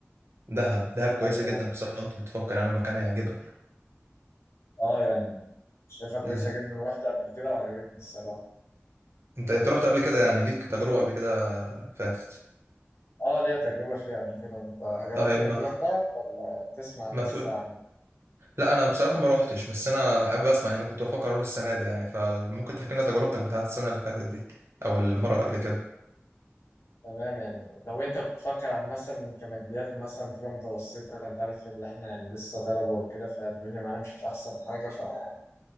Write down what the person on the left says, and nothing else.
حتى
آه يعني شايفها كويسة
جدا ورحت قبل كده وعجبتني الصراحة
آه ليا تجربة فيها قبل كده أنت جربت
إنك
تروح دهب ولا بتسمع
بس
عن
تمام يعني لو أنت بتفكر عن مثلا كماديات مثلا تبقى متوسطة أنت عارف اللي إحنا يعني لسه طلبة وكده فالدنيا معانا مش أحسن حاجة فشايف